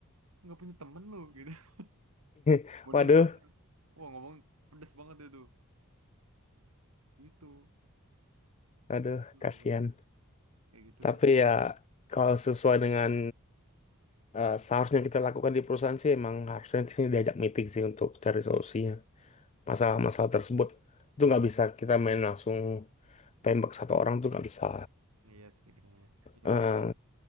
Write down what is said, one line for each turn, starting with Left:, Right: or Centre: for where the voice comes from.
Right: nggak punya temen lu gitu <laughs>
Left: <laughs>
Right: mau
Left: Waduh,
Right: dia ngomongnya wah ngomong pedes banget itu gitu kayak
Left: aduh,
Right: gitu
Left: kasihan.
Right: pokoknya. kayak gitulah
Left: Tapi ya kalau sesuai dengan eh, seharusnya kita lakukan di perusahaan sih emang harusnya di sini diajak meeting sih untuk cari solusinya masalah-masalah tersebut. Itu nggak bisa kita main langsung tembak satu orang tuh nggak bisa.
Right: iya sih kayaknya ya,
Left: eh,
Right: makanya kalau